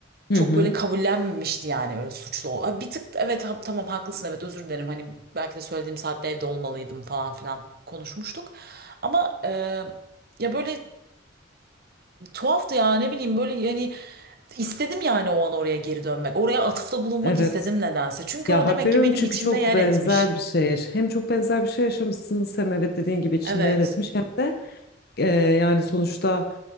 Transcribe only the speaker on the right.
çok
böyle kabullenmemişti yani böyle suçlu. ol- Ha, Bir tık evet ha- tamam haklısın evet özür dilerim hani belki de söylediğim saatte evde olmalıydım falan filan konuşmuştuk. Ama e, ya böyle Tuhaftı ya ne bileyim böyle yani istedim yani o an oraya geri dönmek. Oraya atıfta bulunmak
istedim nedense. Çünkü
o
demek
ki benim
içimde
yer
etmiş.
Evet.